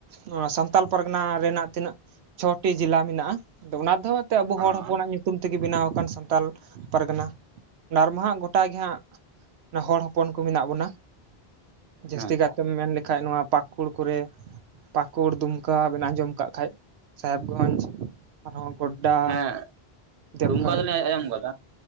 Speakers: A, on the right; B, on the right.
A: ᱱᱚᱣᱟ ᱥᱟᱱᱛᱟᱞ ᱯᱟᱨᱜᱟᱱᱟ ᱨᱮᱱᱟᱜ ᱛᱤᱱᱟᱹᱜ ᱪᱷᱚᱴᱤ ᱡᱤᱞᱟ ᱢᱮᱱᱟᱜᱼᱟ, ᱟᱫᱚ ᱚᱱᱟ ᱫᱚᱦᱚᱸ ᱟᱛᱮ ᱟᱵᱚ
B: ᱦᱮᱸ
A: ᱦᱚᱲ ᱦᱚᱯᱚᱱᱟᱜ ᱧᱩ ᱛᱩᱢ ᱛᱮᱜᱮ ᱵᱤᱱᱟᱣ ᱟᱠᱟᱱ ᱥᱟᱱᱛᱟᱞ ᱯᱟᱨᱜᱟᱱᱟ ᱟᱨᱢᱟ ᱦᱟᱸᱜ ᱜᱚᱴᱟ ᱜᱮ ᱦᱟᱸᱜ ᱱᱮ ᱦᱚᱲ ᱦᱚᱯᱚᱱ ᱠᱚ ᱢᱮᱱᱟᱜ ᱵᱚᱱᱟ᱾ ᱡᱟᱹᱥᱛᱤ
B: ᱦᱮᱸ
A: ᱠᱟᱭᱛᱮᱢ
B: ᱛᱚ
A: ᱢᱮᱱ ᱞᱮᱠᱷᱟᱡ ᱱᱚᱣᱟ ᱯᱟᱠᱩᱲ ᱠᱚᱨᱮ ᱯᱟᱠᱩᱲ ᱫᱩᱢᱠᱟ ᱵᱮᱱ ᱟᱸᱡᱚᱢ ᱠᱟᱜ ᱠᱷᱟᱡ᱾ ᱥᱟᱦᱮᱵᱽᱜᱚᱧᱡᱽ ᱟᱨᱦᱚᱸ ᱜᱚᱰ ᱰᱟ,
B: ᱦᱮᱸ
A: ᱫᱮᱵᱜᱷᱚᱨ,
B: ᱫᱩᱢᱠᱟ ᱫᱚᱞᱤᱧ ᱟᱸᱡᱚᱢ ᱟᱠᱟᱫᱟ